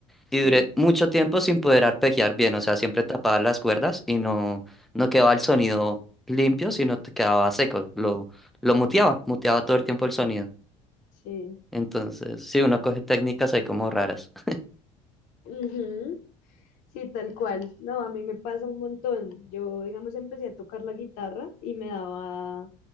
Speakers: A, on the left; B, in the centre.
A: sí,
B: Y duré mucho tiempo sin poder arpegiar bien, o sea, siempre tapaba las cuerdas y no, no quedaba el sonido limpio, sino te quedaba seco. Lo, lo muteaba, muteaba todo el tiempo el sonido.
A: sí.
B: Entonces, sí, uno coge técnicas ahí como raras. <laughs>
A: Ujú, Sí, tal cual. No, a mí me pasa un montón. Yo, digamos, empecé a tocar la guitarra y me daba